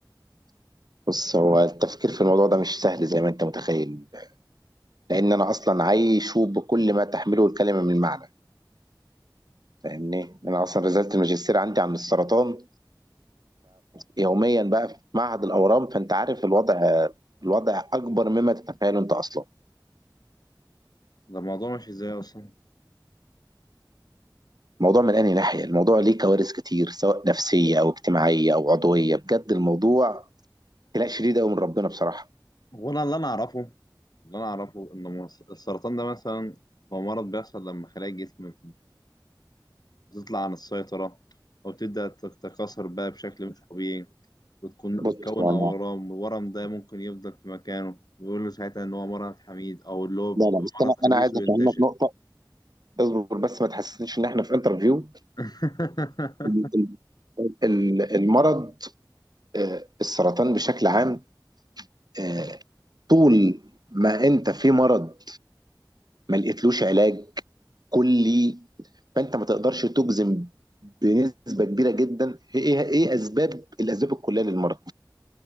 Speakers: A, on the right; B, on the left.
A: بص هو التفكير في الموضوع ده مش سهل زي ما انت متخيل لان انا اصلا عايشه بكل ما تحمله الكلمه من معنى فاهمني انا اصلا رسالة الماجستير عندي عن السرطان فيوميا بقى في معهد الاورام فانت عارف الوضع الوضع اكبر مما تتخيله انت اصلا
B: ده الموضوع ماشي إزاي أصلا
A: الموضوع من انهي ناحيه الموضوع ليه كوارث كتير سواء نفسيه او اجتماعيه او عضويه بجد الموضوع خناق شديد قوي من ربنا بصراحه
B: هو أنا اللي أنا أعرفه اللي أنا أعرفه إن مص- السرطان ده مثلا هو مرض بيحصل لما خلايا الجسم وتطلع عن السيطرة أو تبدأ تتكاثر بقى بشكل مش طبيعي وتكون وتكون
A: بص انا
B: أورام والورم ده ممكن يفضل في مكانه ويقول له ساعتها إن هو مرض حميد أو اللي هو
A: لا لا بس انا
B: مرض خبيث
A: انا عايز
B: وينتشر
A: افهمك نقطه اصبر بس ما تحسسنيش ان احنا في انترفيو
B: <laughs>
A: ال- ال- ال- المرض آه، السرطان بشكل عام آه، طول ما انت في مرض ما لقيتلوش علاج كلي فانت ما تقدرش تجزم بنسبه كبيره جدا ايه ايه اسباب الاسباب الكليه للمرض